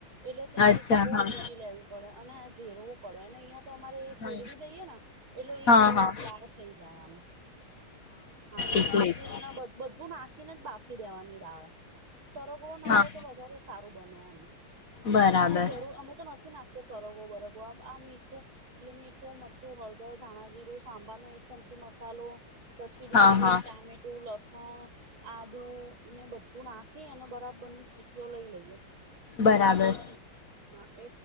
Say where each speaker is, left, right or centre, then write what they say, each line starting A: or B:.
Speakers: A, on the right; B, on the left.
A: એટલે ત્યાં
B: અચ્છા
A: એક બહું
B: હા
A: સિટી લેવી પડે અને જેરવું પડે ને અહીંયા. તો અમારે ફેરવી
B: હા
A: દઈએ ને એટલે એક
B: હા
A: રસ
B: હા
A: દાળ આમ. હા,
B: એટલે
A: પછી
B: જ
A: એના બધ-બધું નાખ ખી નેજ બાફી દેવાની દાળ. સરરોગવો નાખો
B: હા
A: તો વધારે સારું બને. એમ.
B: બરાબર
A: પણ એવું જરૂર અમે તો નથી નાખ તે સરગવો બરગો આમ આ મીઠું એટલે મીઠું મરચું હળદર ધાણાજીરું સાંભારનો એક ચમચી મસાલો પછી ડુંગળી,
B: હા હા
A: ટામેટું, લસણ આદુ ને બધું નાખી અને બરાબરની સીટીઓ લઈ લઈએ.
B: બરાબર
A: હમ્મ હા એ